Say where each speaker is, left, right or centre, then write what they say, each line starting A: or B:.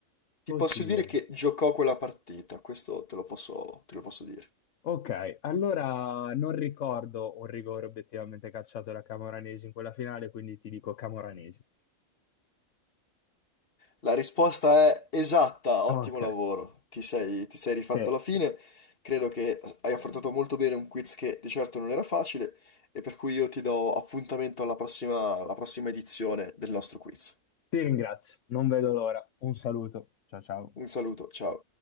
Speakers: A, on the left (about 40°); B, on the left (about 65°).
A: ti posso
B: Oddio.
A: dire che giocò quella partita, questo te lo posso, te lo posso dire.
B: Ok, allora non ricordo un rigore obiettivamente calciato da Camoranesi in quella finale, quindi ti dico Camoranesi.
A: La risposta è esatta, ottimo
B: Ok,
A: lavoro. Ti sei, ti sei rifatto
B: sì,
A: alla fine.
B: sì.
A: Credo che hai affrontato molto bene un quiz che di certo non era facile e per cui io ti do appuntamento alla prossima alla prossima edizione del nostro quiz.
B: Ti ringrazio, non vedo l'ora. Un saluto, ciao ciao.
A: Un saluto, ciao.